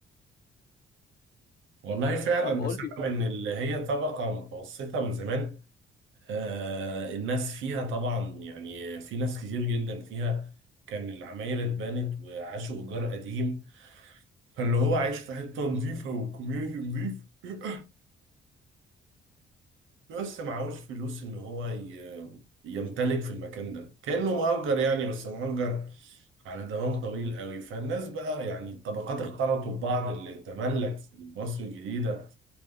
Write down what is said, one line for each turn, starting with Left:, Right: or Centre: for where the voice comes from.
Right: والله فعلا
Left: طب
Right: بسبب
Left: قول لي
Right: ان اللي هي طبقه متوسطه من زمان آه الناس فيها طبعا يعني في ناس كتير جدا فيها كان العماير اتبنت وعاشوا ايجار قديم فاللي هو عايش في حته نظيفه وكوميونتي نظيف <laughs> بس معهوش فلوس ان هو ي- يمتلك في المكان ده كانه مؤجر يعني بس مؤجر على دوام طويل قوي فالناس بقى يعني الطبقات اختلطوا ببعض اللي تملك في مصر الجديده